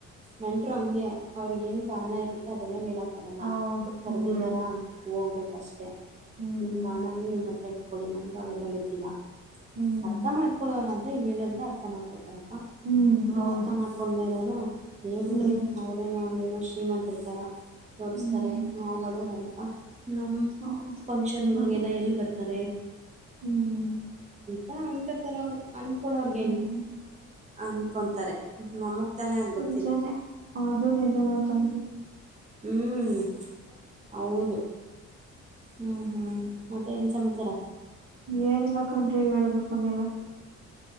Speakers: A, on the right (about 25°); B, on the right (about 45°).
A: ನಂಟರು ಹಂಗೆ ಅವ್ರಗ ಏನ್ ಕಾರಣ ಇರುತ್ತೆ ಅದೆಲ್ಲ ಹೇಳಕ ತಾರಲ್ಲ
B: ಹೌದು.
A: ಕರೆದಿದ್ದಾರಾ
B: ಹ್ಮ್,
A: ಹೋಗ್ಬೇಕಷ್ಟೇ
B: ಹ್ಮ್,
A: ನಿಮ್ಮ ಕಣದೂ ನಿಮ್ಮ ಹತ್ರ ಇ ಮಾಡಕೊಳ್ಳಳಿ ನಮ್ಗೆ ಅವೆಲ್ಲ ಗೊತ್ತಿಲ್ಲ
B: ಹ್ಮ್.
A: ಅರ್ಥ ಮಾಡ್ಕೊಳೋನಾದ್ರೆ ಹೇಳಂದ್ರೆ ಅರ್ಥ ಮಾಡ್ಕೊಳ್ತಾರ ಅಪ್ಪಾ
B: ಹ್ಮ್
A: ನೀವು
B: ಹೌದು
A: ಅರ್ಥ ಮಾಡ್ಕೊಳ್್ದ ಇರೋರು ಹೇ ಬಿಡ್ರಿ
B: ಹ್ಮ್
A: ಅವರೇನು ಏನೋ ಶ್ರೀಮಂತ ಇರ್ತಾರ ತೋರಿಸ್ತಾರೆ
B: ಹ್ಮ್
A: ನಾವು ಬಡವರಲ್ಲಪ್ಪ ನಮ್ಮ
B: ಹೌದು
A: ಫಂಕ್ಷನ್ಗಳಿಗೆಲ್ಲ
B: ಅದು
A: ಎಲ್ಲಿ ಬರ್ತಾರೆ
B: ಹ್ಮ್
A: ಹ ಅನ್ಕತ್ತಾರೆ ಅವ್ರು ಅಂದನ್ಕೊಳ್ಳಳೋ್ರಗೇನು
B: ಹ್ಮ್
A: ಅನ್ಕೊತಾರೆ ನಮಗೆ ತಾನೇ ಅಗ್ ಗೊತ್ತ
B: ನಿಜಾನೆ ಅದು ನಿಜಾನ ಕಂಡು
A: ಹ್ಮ್ ಹೌದು ಹ್ಮ್ ಹ್ಮ್ ಮತ್ತೆ ಏನ್ ಸಮಾಚಾರ
B: ಏನಿಲ್ಲ ಕಂಡ್ರಿ ಹೇಳ್ಬೇಕು ನೀವವೆ